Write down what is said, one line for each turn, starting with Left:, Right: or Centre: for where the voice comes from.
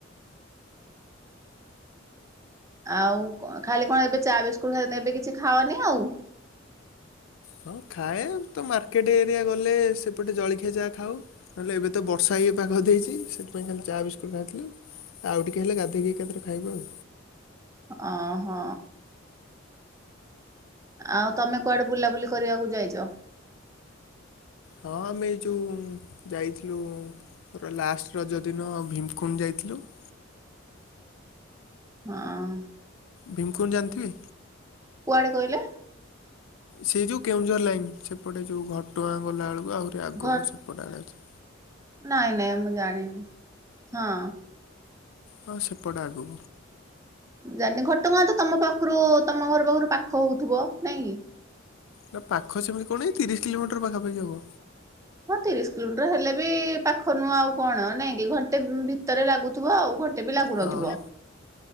Right: ଆଉ କଣ ଖାଲି କଣ ଏବେ ଚା ବିସ୍କୁଟ <unintelligible> କିଛି ଖାଅନି ଆଉ?
Left: ହଁ ଖାଏ ତ ମାର୍କେଟ ଏରିଆ ଗଲେ ସେପଟେ ଜଳଖିଆ ଯାହା ଖାଉ। ନହେଲେ ଏବେ ତ ବର୍ଷା ହେଇ ପାଗ ଦେଇଛି ସେଥିପାଇଁ ଖାଲି ଚାହା ବିସ୍କୁଟ ଖାଇଥିଲୁ। ଆଉ ଟିକେ ହେଲେ ଗାଧେଇକି ଏକାଥେରେ ଖାଇବ ଆଉ।
Right: ଓହୋ। ଆଉ ତମେ କୁଆଡ଼େ ବୁଲାବୁଲି କରିବାକୁ ଯାଇଛ?
Left: ହଁ ଆମେ ଏ ଯୋଉ ଯାଇଥିଲୁ ପୁରା ଲାଷ୍ଟ ରଜ ଦିନ ଭୀମକୁଣ୍ଡ ଯାଇଥିଲୁ ‌।
Right: ହଁ।
Left: ଭୀମକୁଣ୍ଡ ଜାଣିଥିବେ?
Right: କୁଆଡ଼େ କହିଲେ?
Left: ସେଇ ଯୋଉ କେଉଁଝର ଲାଇନ ସେପଟେ ଯୋଉ ଘଟୁଆଁ ଗଲା ବେଳକୁ ଆହୁରି ଆଗ
Right: ଘ
Left: ସେ ବଢିଆ ଲାଗୁଚି।
Right: ନାଇଁ ନାଇଁ ମୁଁ ଜାଣିନି ହଁ।
Left: ହଁ ସେପଟେ ଆଗକୁ।
Right: ଜାନିନୀ ଘଟଗାଁ ତ ତମ ପାଖରୁ ତମ ଘର ପାଖରୁ ପାଖ ହଉଥିବ ନାଇଁ କି?
Left: ନା ପାଖ ସେମିତି କଣ ଏଇ ତିରିଶ କିଲୋମିଟର ପାଖପାଖି ହବ।
Right: ହଁ ତିରିଶ କିଲୋମିଟର ହେଲେ ବି ପାଖ ନୁହଁ ଆଉ କଣ ନାଇଁ କି ଘଣ୍ଟେ ଭିତରେ ଲାଗୁ ଥିବ ଆଉ ଘଣ୍ଟେ ବି ଲାଗୁ ନଥିବ।
Left: ହଁ।